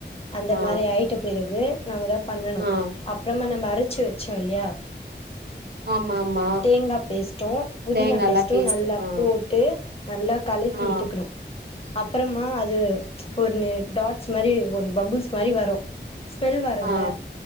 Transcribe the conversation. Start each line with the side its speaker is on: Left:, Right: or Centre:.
Left: அந்தமாரி
Right: ஆ
Left: ஆயிட்ட பிறக் இது நம்ம தா பண்ணணு
Right: ஆ
Left: அப்புறமா நம்ம அரைச் ச்சு வெச்சோ இல்லையா
Right: ஆமா ஆமா
Left: தேங்கா பேஸ்ட்டு புதினா
Right: தேங்கால்லா
Left: பேஸ்ட்டு
Right: பேஸ்ட்
Left: நல்லா
Right: ஆ
Left: போட்டு நல்லா கலக்கி
Right: ஆ
Left: விட்டுக்கணு அப்பறமா அது ஒன்னு டாட்ஸ்மாரி ஒரு பபுள்ஸ்மாரி வரு ஸ்மெல் வருல்ல
Right: ஆ